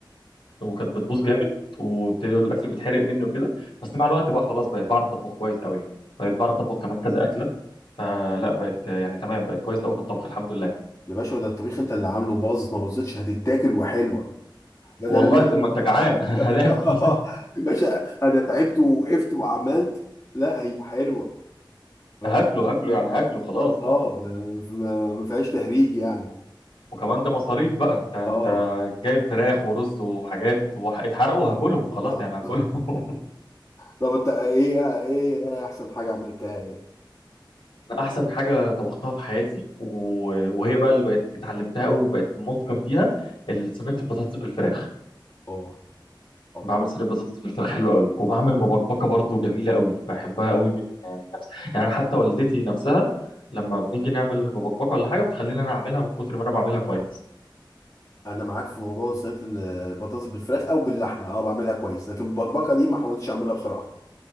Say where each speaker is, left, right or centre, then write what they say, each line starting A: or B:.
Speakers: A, on the left; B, on the left.
A: وكانت بتبوظ جامد وبتقول الاكل بيتحرق مني وكده بس مع الوقت بقى خلاص بقيت بعرف اطبخ كويس قوي يعني بقيت بعرف اطبخ كمان كذا اكله فلا بقت يعني تمام بقت كويس قوي في الطبخ الحمد لله
B: يا باشا ده الطبيخ انت اللي عامله باظت ما باظتش هتتاكل وحلوه بدل
A: والله طب ما انت جعان <laughs> هناكل
B: <laughs> يا باشا انا تعبت ووقفت وعملت لا هي حلوه ف...
A: هاكله هاكله يعني هاكله خلاص اه
B: اه ب... ف- ما فيهاش تهريج يعني
A: وكمان ده مصاريف بقى انت انت
B: اه
A: جايب فراخ ورز وحاجات واتحرقوا هاكلهم خلاص
B: <laughs>
A: يعني هاكلهم <laughs>
B: طب انت ايه ايه احسن حاجه عملتها ايه
A: انا احسن حاجه طبختها في حياتي و- وهي بقى اللي بقت اتعلمتها قوي وبقت متقن فيها صينيه البطاطس بالفراخ
B: اه اه
A: بعمل صينيه بطاطس بالفراخ حلو قوي وبعمل مبكبكه برضو جميله قوي بحبها قوي من من نفسي يعني أنا حتى والدتي نفسها لما بنيجي نعمل مبكبكه ولا حاجه بتخلينا انا اعملها من كتر ما انا بعملها كويس
B: انا معاك في موضوع صينيه ال- البطاطس بالفراخ او باللحمه اه بعملها كويس لكن البكبكه دي ما حاولتش اعملها بصراحه